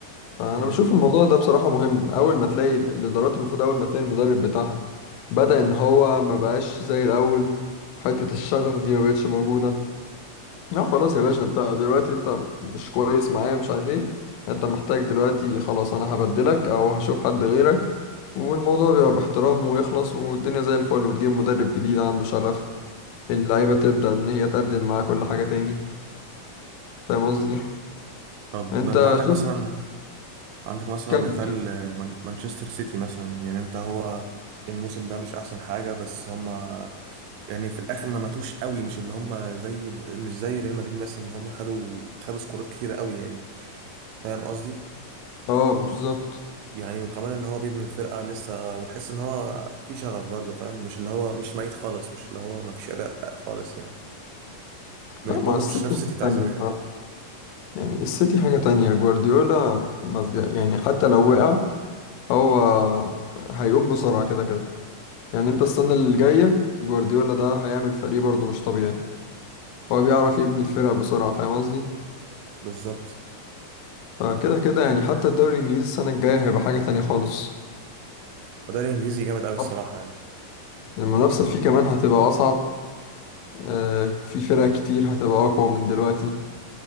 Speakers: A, on the left (about 80°); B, on the right (about 80°).
A: انا
B: امم
A: بشوف الموضوع ده بصراحة مهم اول ما تلاقي ال- الادارات المفروض اول ما تلاقي المدرب بتاعها بدأ ان هو ما بقاش زي الاول حتة الشغف دي ما بقتش موجودة لا خلاص يا باشا انت دلوقتي انت مش كويس معايا مش عارف ايه انت محتاج دلوقتي خلاص انا هبدلك او هشوف حد غيرك والموضوع بيبقى باحترام ويخلص والدنيا زي الفل وتجيب مدرب جديد عنده شغف اللعيبة تبدأ ان هي تقدم مع كل حاجة تاني فاهم قصدي
B: طب
A: انت
B: ما انت عندك
A: شفت
B: مثلا عندك مثلا
A: كم
B: مثال
A: كم
B: آه، مان- مانشستر سيتي مثلا يعني انت هو الموسم ده مش احسن حاجه بس هما يعني في الاخر ما ماتوش قوي مش اللي هما زي مش زي ريال مدريد مثلا اللي هما خدوا خدوا سكورات كتيره قوي يعني فاهم قصدي
A: اه بالظبط
B: يعني وكمان ان هو بيبني الفرقه لسه وتحس ان هو في شغف برضه فاهم مش اللي هو مش ميت خالص مش اللي هو ما فيش اداء خالص يعني مش
A: لا
B: برضه
A: ما السيتي
B: مش نفس
A: حاجة
B: السيتي بتاع
A: تانية
B: زمان
A: بصراحة يعني السيتي حاجة تانية جوارديولا ما بي... يعني حتى لو وقع هو هيقوم بسرعة كده كده يعني انت السنة اللي جاية جوارديولا ده هيعمل فريق برضه مش طبيعي هو بيعرف يبني الفرق بسرعة فاهم قصدي
B: بالظبط
A: فكده كده يعني حتى الدوري الإنجليزي السنة الجاية هيبقى حاجة تانية خالص
B: وده الانجليزي جامد قوي الصراحه
A: طب.
B: يعني
A: المنافسة فيه كمان هتبقى أصعب آه، في فرق كتير هتبقى أقوى من دلوقتي